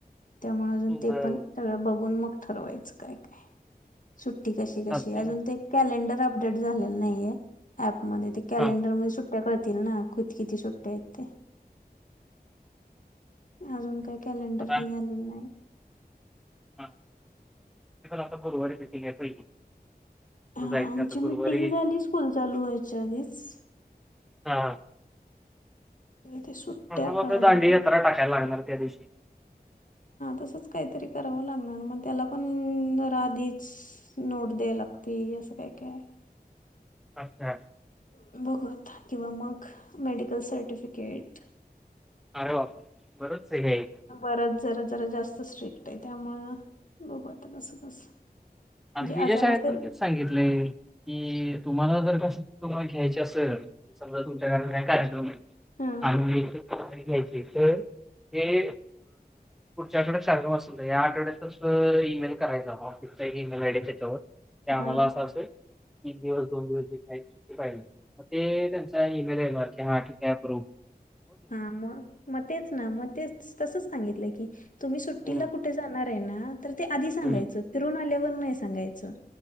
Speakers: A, on the left; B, in the centre.
A: त्यामुळे अजून ते
B: बरं
A: पण सगळं बघून मग ठरवायचं. काय काय सुट्टी कशी- कशी
B: चालतंय
A: अजून
B: की.
A: ते कॅलेंडर. अपडेट झालेला नाहीये, ऍपमध्ये ते कॅलेडरमध्ये
B: हा.
A: सु सुट्टया कळतील ना किती -किती सुट्टया आहेत ते, अजून काही कॅलेंडर
B: आता
A: हे झालेलं नाही.
B: हा ते आता गुरुवारी मिटिंग आहे पहिली.
A: हा
B: मग जायचं
A: आमची
B: आता
A: मीटिंग
B: गुरुवारी
A: झाली स्कूल चालू व्हायच्या आधीच,
B: हा,
A: ते सुट्ट्या
B: आम्हाला
A: कळायला
B: फक्त दांडी
A: पाहिजे
B: यात्रा टाकायला लागणार त्या दिवशी
A: तसच काहीतरी करावं लागणार मग त्याला पण आधीच नोट द्यावी लागते. हे असं काय काय?
B: अच्छा!
A: बघूयात किंवा मग मेडिकल सर्टिफिकेट.
B: अरे बापरे! बरंच काही आहे की,
A: बराच जरा जरा जास्त स्ट्रिक्ट आहे त्यामुळं बघू आता कसं कसं. म्हणजे
B: विजय
A: आजारी
B: साहेब
A: असेल
B: पण ते सांगितलंय की, तुम्हाला जर का सुट्टी तुम्हाला घ्यायची असेल समजा तुमच्या घरात काय कार्यक्रम आहे.
A: हा
B: आणि घ्यायचे तर, हे पुढच्याकडे <unintelligible> असल या आठवड्यातच ईमेल करायचा ऑफिसचा. इमेल आहे तेच्यावर आम्हाला
A: हा
B: असं अस तीन दिवस, दोन दिवस जे <inaudible> ते पाहिजे. ते त्यांचा ईमेल येणार की, हा ठिक आहे अ एप्रूव
A: हा मग, मग तेच ना मग ते तसच सांगितलं की तुम्ही सुट्टीला
B: हम्म
A: कुठे जाणार? आहे ना तर ते आधी सांगायचं
B: हम्म
A: फिरून आल्यावर नाही सांगायचं.